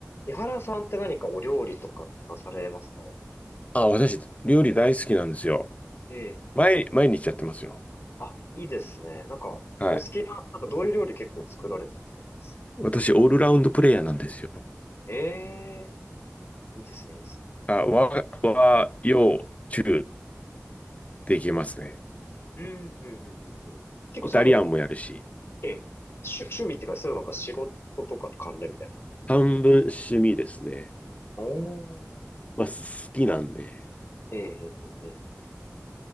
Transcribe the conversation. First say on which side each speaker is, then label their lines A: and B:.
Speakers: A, on the left (about 50°); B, on the left (about 25°).
A: 江原さんって何かお料理とかってなされますか
B: あ、私、料理大好きなんですよ。
A: ええ。
B: 毎、毎日やってますよ。
A: あ、いいですね。なんか、
B: はい。
A: お好きな、なんかどういう料理結構作られてたりされます
B: 私、オールラウンドプレイヤーなんですよ。
A: ええ、いいですね、いいですね。
B: あ、
A: なんか、
B: 和、和、洋、中、できますね。
A: うん、うん、うん、うんうん。結構それはもう、
B: イタリアンもやるし、
A: ええ、趣、趣味っていうか、そういうなんか仕事とかと関連みたい
B: 半分趣味ですね。
A: な。おー。
B: まあ、好きなんで。
A: ええ、ええ、ええ。ええ